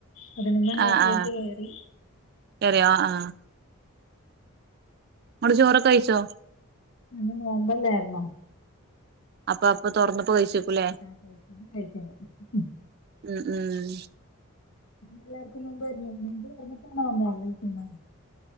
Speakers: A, on the left (about 70°); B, on the right (about 45°).
A: പതിനൊന്നാം ക്ലാസ്സിലേക്ക്
B: അഹ് ഹാ
A: കയറി.
B: കേറ്യാെ ആ. ഇങ്ങള് ചോറൊക്കെ വെയ്ച്ചോ.
A: ഇന്ന് നോമ്പല്ലായിരുന്നോ.
B: അപ്പൊ അപ്പൊ തൊറന്നപ്പൊ കഴചക്കുല്ലേ.
A: അ <unintelligible> കയിക്കുന്നു ഉം ഉം
B: ഉം ഉം
A: എല്ലാർക്കും നോമ്പായിരുന്നോ <unintelligible> പറഞ്ഞിട്ടാണൊ വന്നേക്ക്ണെ